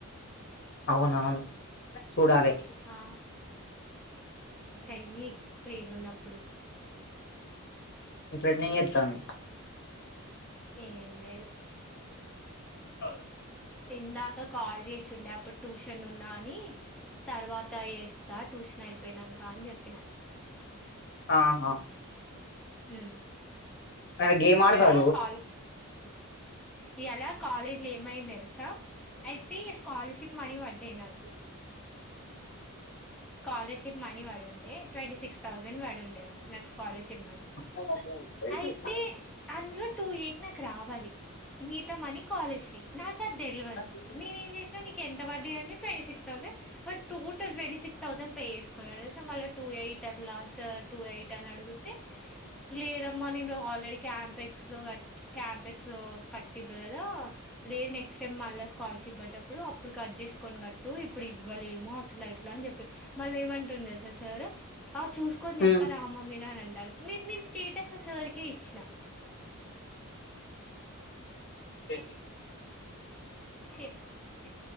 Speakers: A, on the left; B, in the centre.
A: అవును అవును చూడాలే
B: ఆ చెయ్యి ఫ్రీగున్నప్పుడు
A: మీ ఫ్రెండ్ ఏం చెప్తాంది
B: ఎమ్ లేదు
A: ఆ
B: ఇందాక కాల్ చేసి ఉండే అప్పుడు ట్యూషన్ ఉన్నా అని తర్వాత వేస్తా ట్యూషన్ అయిపోయినాంక అని చెప్పిన
A: ఆహా
B: ఉ
A: ఏమైనా గేమ్ ఆడతావా
B: ఏద కాల్ ఇయ్యాల కాలేజీ లో ఏమైంది తెలుసా అయితే స్కాలర్షిప్ మనీ పడ్డాయి నాకు స్కాలర్షిప్ మనీ వడున్ ట్వంటీ సిక్స్ థౌసండ్ వాడు ఉండే అవి నాకు స్కాలర్షిప్ అని
A: నువ్వు
B: అయితే అందులో టూ ఎయిట్ నాకు రావాలి మితా మని కాలేజ్ ఫీ నాకు అది తెడెలివదు
A: ఆహా
B: నేను ఏం చేసినా నీ ఎంత పడ్ది అంటే twenty six thousand but total twenty six thousand pay చేసుకున్నా తెల్సా మళ్ళా టూ ఎయిట్ అట్లా సార్ టూ ఎయిట్ అన్ అడుగుతే లేదమ్మా నన్నను ఆల్రెడీ క్యాంప్ అయి కంపక్స్ లో కట్టి కదా లేదు నెక్స్ట్ టై మళ్ళ స్ కాల్ర్స్ ఇవ్వటప్పుడు అప్పుడు కట్ చేసుకుని కట్టు ఇప్పుడు ఇవ్వలేముో అట్లా ఇట్లా అని చెప్ప మళ్ళీ ఏం అన్నటుండు తెలుసా సారు ఆ చేసుకుని చెప్పారమ్మ
A: ఉమ్.
B: మీర అని అంటాను మీరు నేను స్టేటస్ సార్ కె ఇచ్చిన
A: తే
B: చె ఎ